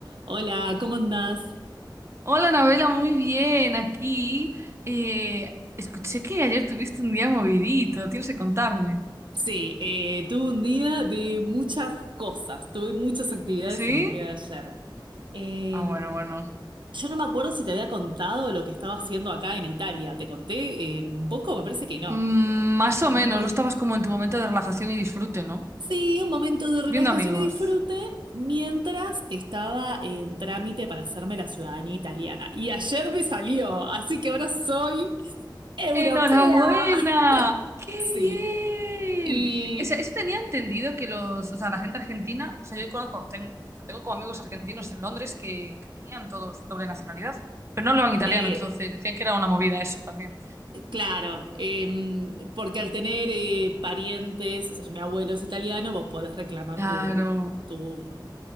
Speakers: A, on the right (about 70°); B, on the right (about 35°).
A: Hola, ¿cómo andás?
B: Hola, Anabela, muy bien, aquí. Eh, escuché que ayer tuviste un día movidito, tienes que contarme.
A: Sí, eh, tuve un día de muchas cosas, tuve muchas actividades
B: ¿Sí?
A: en el día de ayer. Eh,
B: Ah, bueno, bueno.
A: yo no me acuerdo si te había contado lo que estaba haciendo acá en Italia, ¿te conté eh, un poco? Me parece que no.
B: Mm, más o
A: Muy-
B: menos, no estabas como en tu momento de relajación y disfrute, ¿no?
A: Sí, un momento de relajación
B: Viendo amigos.
A: y disfrute mientras estaba en trámite para hacerme la ciudadanía italiana. Y ayer me salió, así que ahora soy europea.
B: ¡Enhorabuena!
A: <laughs>
B: ¡Qué
A: Sí.
B: bien!
A: Y
B: O sea, eso tenía entendido que los, o sea, la gente argentina, o sea, yo conozco, ten- o sea, tengo como amigos argentinos en Londres que, que tenían todos doble nacionalidad, pero no hablaban italiano,
A: eh,
B: entonces decían que era una movida eso también.
A: Claro, em, porque al tener eh, parientes, o sea, mi abuelo es italiano, vos podés reclamar
B: Claro.
A: tu, tu, mm,